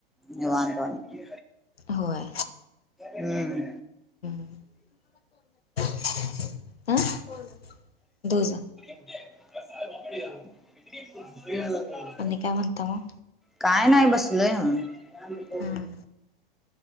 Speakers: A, in the centre; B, on the left.
A: निवांतवाणी,
B: होय
A: हम्म.
B: हां <unintelligible> धू जा.
A: <unintelligible>
B: आणि काय म्हणता मग?
A: काय नाही बसलोय नव्हं. <unintelligible>
B: हम्म